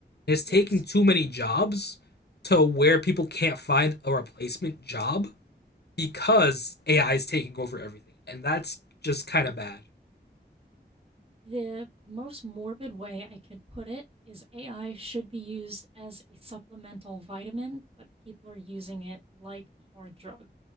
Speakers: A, on the left; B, on the right.
A: It's taking
B: Yes.
A: too many jobs to where people can't find a replacement job because AI is taking over everything, and that's just kind of bad.
B: The most morbid way I could put it is AI should be used as a supplemental vitamin, but people are using it like a hard drug.